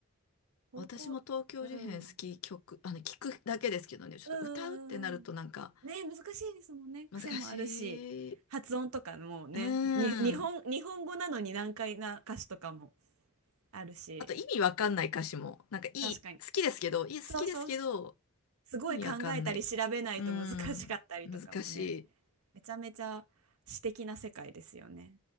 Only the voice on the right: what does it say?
高校、
うん。
うんうんうんうん。ね、難しいですもんね。癖もあるし、
発音とかもね、
に、日本、
日本語なのに難解な歌詞とかもあるし、
確かに。
そうそう、
すごい考えたり調べないと難しかったりとかもね。
めちゃめちゃ詩的な世界ですよね。